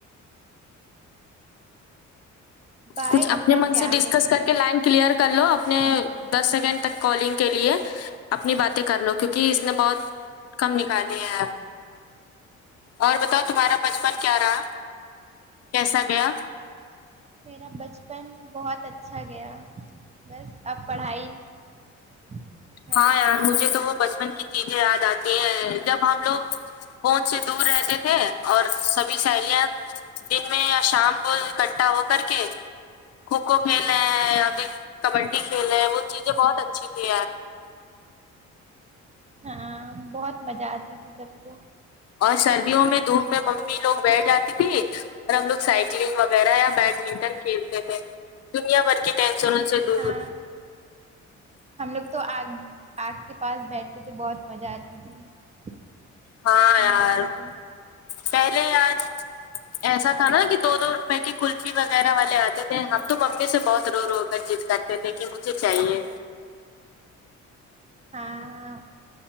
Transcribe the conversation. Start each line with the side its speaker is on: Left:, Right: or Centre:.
Right: بائے
Left: کچھ اپنے
Right: اپنا
Left: من
Right: خیال
Left: سے ڈسکس
Right: رکھنا
Left: کر کے لائن کلیئر کر لو اپنے دس سیکنڈ تک کالنگ کے لیے اپنی باتیں کر لو کیونکہ اس نے بہت کم نکالی ہے اور بتاؤ تمہارا بچپن کیا رہا کیسا گیا
Right: میرا بچپن بہت اچھا گیا بس اب پڑھائی <unintelligible>
Left: ہاں یار مجھے تو وہ بچپن کی چیزیں یاد آتی ہیں جب ہم لوگ فون سے دور رہتے تھے اور سبھی سیلیاں دن میں یا شام کو اکٹھا ہو کر کے کھوکھو کھیلے یا پھر کبڈی کھیل ہے وہ چیزیں بہت اچھی تھی
Right: ہاں بہت مزہ آتی تھی تب تو
Left: اور سردیوں میں دھوپ میں ممی لوگ بیٹھ جاتی تھی اور ہم لوگ سائیکلنگ وغیرہ یا بیڈمنٹن کھیلتے تھے دنیا بھر کی ٹینشنوں سے دور
Right: ہاں ہم لوگ تو آگ آگ کے پاس بیٹھتے تھے بہت مزہ آتی تھی ٹھنڈیوں
Left: ہاں یار
Right: میں تو
Left: پہلے آج ایسا تھا نا کہ کہ کلفی وغیرہ والے آتے تھے ہم تو ممی سے بہت رو رو کر ضد کرتے تھے کہ مجھے چاہیے
Right: ہاں